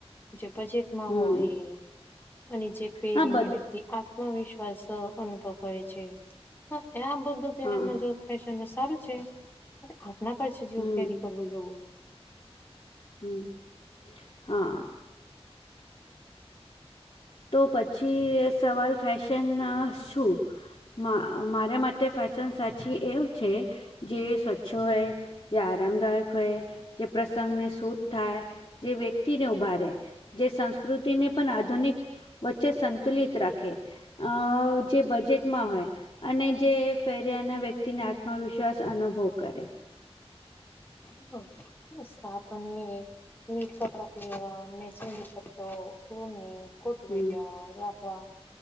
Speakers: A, on the left; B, on the left.
A: જે બજેટ
B: હમ
A: હોય અને જે પહેરીની
B: હા બધ
A: વ્યક્તિ. આત્મવિશ્વાસ અનુભવ કરે છે આ બધું તેનામાં
B: હા
A: જો. ફેશનમાં સારું છે આપના પર છે જેવું
B: હમ
A: કેરી કરવું જોવું.
B: હમ હા. તો પછી સવાલ ફેશન શું. મારા માટે ફેશન સાચી એવું છે જે સ્વચ્છો હોય. જે આરામદાયક હોય જે પ્રસંગને. છૂટ થાય જે વ્યક્તિને ઉભા ર જે સંસ્કૃતિને પણ આધુનિક. વચ્ચે સંતુલિત રાખે અ જે બજેટમાં હોય. અને જે ફેર્યાના વ્યક્તિને આત્મવિશ્વાસ અનુભવ કરે.
A: સ્થપને. નીટ કપડા પ લેવા મેચિંગ દ પો કોની કોટ
B: હમ
A: વય રાખવા.